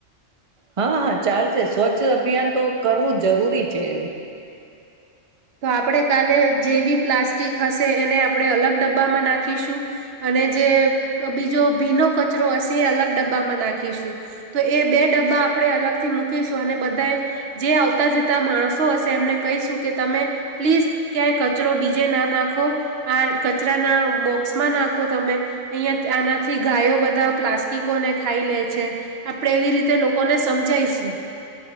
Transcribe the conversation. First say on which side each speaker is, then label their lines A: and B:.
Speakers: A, on the right; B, on the right.
A: હા હા ચાલશે સ્વચ્છ અભિયાન તો કરવું જ જરૂરી છે એમ.
B: તો આપણેે કાલે જે બી પ્લાસ્ટિક હશે એને આપણે અલગ ડબ્બામાં નાખીશું અને જે બીજો ભીનો કચરો હશે એ અલગ ડબ્બામાં નાખીશું. તો એ બે ડબ્બા આપણે અલગ થી મૂકીશું અને બધાએ જે આવતા જતા માસ તો હશે એમને કહીશું કે તમે પ્લીઝ ક્યાંય કચરો બીજે ના નાખો આ કચરાના બોક્સમાં નાખો તમે. અહિયાં આનાથી ગાયો બધા પ્લાસ્ટિક કોને ખાઈ લે છે. આપણે એવી રીતે લોકોને સમજાઈશું